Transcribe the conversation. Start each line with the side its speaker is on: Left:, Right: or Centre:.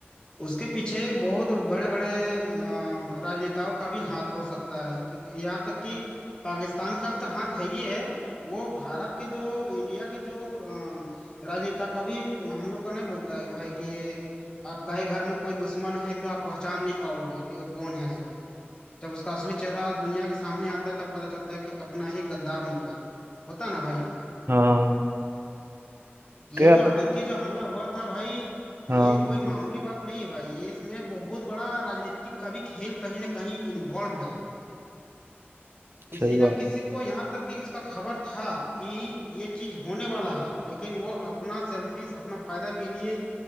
Left: उसके पीछे बहुत बड़े बड़े अ, राजनेताओं का भी हाथ हो सकता है क्योंकि यहाँ तक कि पाकिस्तान का तो हाथ है ही है वो भारत के जो इंडिया के जो अ, राजनेता का भी हम लोग का नहीं बोलता है भाई कि आपका ही घर में कोई दुश्मन है तो आप पहचान नहीं पाओगे कि वो कौन है सो जब उसका असली चेहरा दुनिया के सामने आता है तब पता चलता है कि अपना ही गद्दार निकला होता ना भाई
Right: हाँ
Left: ये
Right: तो यार
Left: जो आतंकी जो हमला हुआ था भाई
Right: हाँ
Left: ये कोई मामूली बात नहीं है भाई ये इसमें बहुत बड़ा राजनीतिक का भी खेल कहीं ना कहीं इन्वॉल्व्ड है किसी
Right: सही
Left: न
Right: बात
Left: किसी
Right: है
Left: को यहाँ तक कि इसका खबर था कि ये चीज होने वाला है लेकिन वो अपना सेल्फिश अपना फायदा के लिए